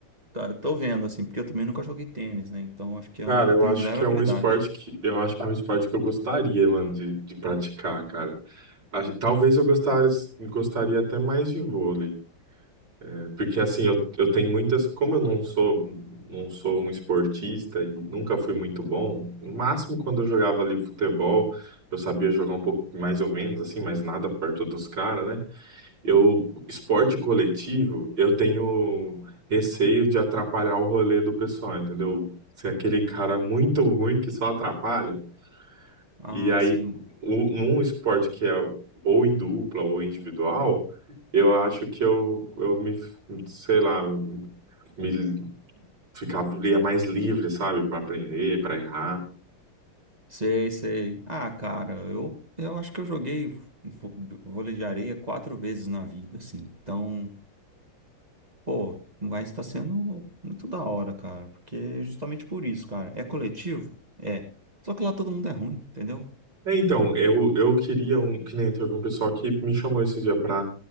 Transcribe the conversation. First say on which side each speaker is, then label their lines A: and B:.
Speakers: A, on the right; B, on the right.
A: Tá, eu tô vendo, assim, porque eu também nunca joguei tênis, né? Então acho que eu,
B: Cara,
A: não- eu
B: eu
A: tenho
B: acho
A: zero
B: que
A: habilidade.
B: é um esporte que eu acho que é um esporte que eu gostaria, mano, de, de praticar, cara. Acho- talvez eu gostar, gostaria até mais de vôlei, né? Porque assim, eu, eu tenho muitas, como eu não sou não sou um esportista e nunca fui muito bom, no máximo quando eu jogava ali futebol, eu sabia jogar um pouco mais ou menos assim, mas nada perto dos caras, né? Eu, esporte coletivo, eu tenho receio de atrapalhar o rolê do pessoal, entendeu? Ser aquele cara muito ruim que só atrapalha.
A: Ah,
B: E aí,
A: sim.
B: um, um esporte que é ou em dupla ou individual, eu acho que eu, eu me, sei lá, eu me ficaria mais livre, sabe? Para aprender, para errar.
A: Sei, sei. Ah, cara, eu, eu acho que eu joguei vo- vôlei de areia quatro vezes na vida, assim. Então, pô, vai estar sendo muito da hora, cara. Porque justamente por isso, cara. É coletivo? É. Só que lá todo mundo é ruim, entendeu?
B: É, Então, eu, eu queria um, que nem teve um pessoal que me chamou esse dia para